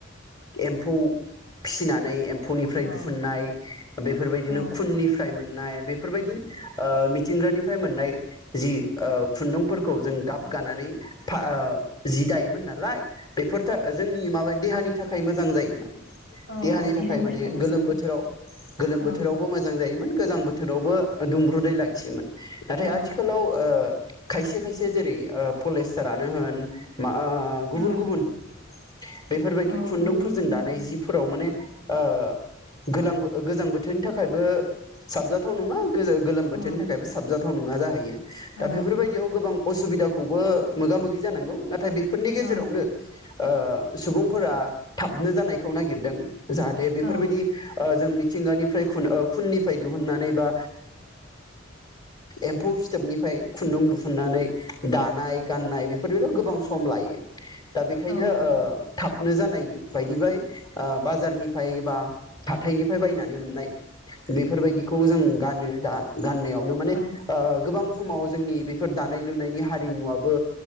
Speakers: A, on the left; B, on the left.
A: एम्फौ फिनानै एम फौनिफ्राय
B: औ
A: दिुहुननाय बेफोरबायदिनो
B: औ
A: निफ्राय मोननाय बेफोरबायदि ओ मिथिंगानिफ्राय मोननाय जि ओ खुन्दुंफोरखौ जों गाबगानानै ओ जि दायोमोन नालाय बेफोरथ जोंनि माबा देहानि थाखाय मोजां जायोमोन देहानि
B: औ औ देहानि
A: थाखाय माने
B: मोजां
A: गोलोम बोथोराव गोलोम
B: औ
A: बोथोरावबो मोजां जायोमोन गोजां बोथोरावबो दुंब्रुदै लाखियोमोन नाथाय
B: औ
A: आथिखालाव ओ खायसे खायसे जेरै ओ पलेस्टारानो होन मा ओ गुबुन
B: औ
A: गुबुन बेफोरबायदि
B: औ
A: खुन्दुंफोरजों
B: गुबुन उम
A: दानाय जिफोराव माने ओ गोलां गोजां बोथोरनि थाखाय बो साबजाथाव नङा गोलोम
B: अ
A: बोथोरनि थाखायबो साबजा गोथाव नङा जाहैयो
B: अ
A: दा बेफोरबायदियाव गोबां असुबिदा खौबो मोगा मोगि जानांगौ नाथाय बे फोरनि गेजेरावनो
B: औ
A: ओ सुबुंफोरा थाबनो जानायखौ नागिरदों जाहाथे बेफोरबायदि
B: औ
A: जों मिथिंगानिफ्राय खुन औ खुननिफ्राय दिहुननानै बा एम्फौ फिथोबनिफ्राय खुन्दुं दिुहुननानै दानाय गाननाय बेफोरबायदियाव गोबां सम लायो दा बेखायनो
B: औ
A: ओ थाब नो जानाय बायदि बाय बाजारनिफ्राय बा हाथायनिफ्राय बायनानै मोननाय बेफोरबायदिखौ जों गानो दा गाननायावनो माने
B: औ
A: ओ गोबां समाव जोंनि बेफोर दानाय लुनायनि हारिमुवाबो